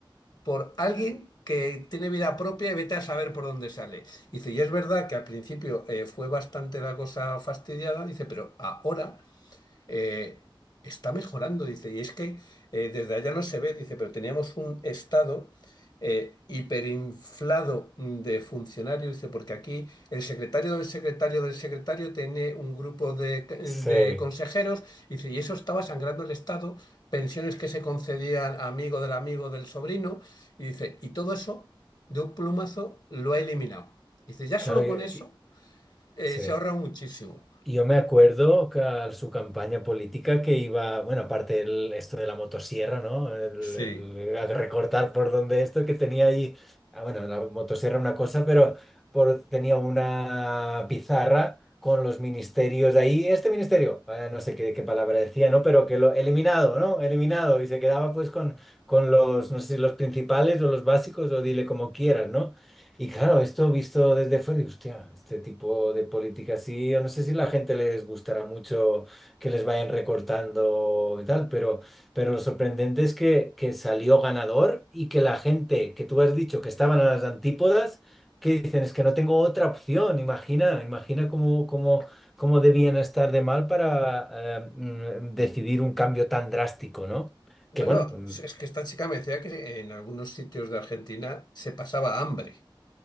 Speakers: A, on the left; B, in the centre.
A: por alguien que tiene vida propia y vete a saber por dónde sale. Dice, y es verdad que al principio eh, fue bastante la cosa fastidiada, dice, pero ahora eh, está mejorando, dice, y es que eh, desde allá no se ve, dice, pero teníamos un estado eh, hiperinflado de funcionarios, dice, porque aquí el secretario del secretario del secretario tiene un grupo de, de
B: sí,
A: consejeros, dice, y eso estaba sangrando el estado, pensiones que se concedían a amigo del amigo del sobrino, y dice, y todo eso de un plumazo lo ha eliminado. Dice, ya
B: claro,
A: solo
B: y-
A: con
B: y-
A: eso eh,
B: sí.
A: se ahorra muchísimo.
B: Yo me acuerdo que al- su campaña política que iba, bueno, aparte el, esto de la motosierra, ¿no? El,
A: Sí.
B: el- el recortar por donde esto que tenía ahí, ah, bueno, la motosierra una cosa, pero por, tenía una pizarra con los ministerios ahí, este ministerio, eh, no sé qué, qué palabra decía, ¿no? Pero que lo eliminado, ¿no? Eliminado y se quedaba pues con, con los, no sé si los principales o los básicos o dile como quieras, ¿no? Y claro, esto visto desde fuera, digo, hostia, este tipo de política sí, yo no sé si la gente les gustará mucho que les vayan recortando y tal, pero, pero lo sorprendente es que, que salió ganador y que la gente que tú has dicho que estaban a las antípodas, que dicen, es que no tengo otra opción, imagina, imagina cómo, cómo, cómo debían estar de mal para eh, mm, decidir un cambio tan drástico, ¿no? Que
A: No,
B: bueno,
A: no,
B: mm,
A: es que esta chica me decía que en algunos sitios de Argentina se pasaba hambre.